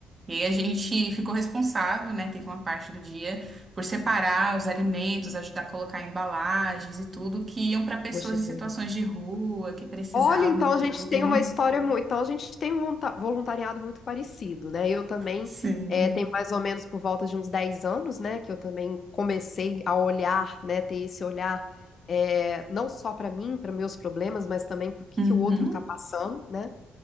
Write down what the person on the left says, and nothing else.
Poxa,
que
legal.
Olha, então
a gente tem uma história muito. Então a gente tem um volunta- voluntariado muito parecido, né? Eu também
é, tem mais ou menos por volta de uns 10 anos, né? Que eu também comecei a olhar, né? Ter esse olhar é, não só para mim, para meus problemas, mas também para o que
que o outro está passando, né?